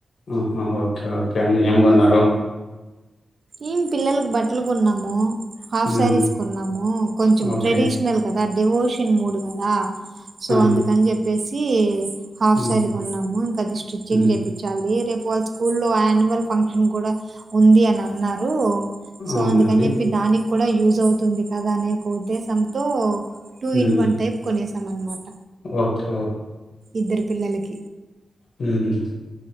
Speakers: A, on the left; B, on the right.
A: మ్మ్ హ్మ్ ఓకే ఓకే అండి ఏమి కొన్నారు
B: ఏం పిల్లలకు బట్టలు కొన్నాము హాఫ్
A: హ్మ్.
B: శారీస్ కొన్నాము కొంచెం
A: ఓకే.
B: ట్రెడిషనల్ కదా డివోర్స్ షన్ మూడు కదా సో
A: ఆ!
B: అందుకని చెప్పేసి ఇ హాఫ్
A: హ్మ్.
B: శారీ కొన్నాము ఇంకా అది స్టిచ్చింగ్
A: హ్మ్.
B: చేపించాలి రేప్ వాళ్ళ స్కూల్లో యాన్యువల్ ఫంక్షన్ కూడా ఉంది అన్ అన్నారు సో
A: అవునండి.
B: అందుకని చెప్పి దానిక్ కూడా యూజ్ అవుతుంది కదా అనే ఒక ఉద్దేశంతో టూ
A: హ్మ్.
B: ఇన్ వన్ టైప్ కొనేసాం అనమాట
A: ఓకే.
B: ఇద్దరు పిల్లలకి
A: మ్మ్ హ్ హ్మ్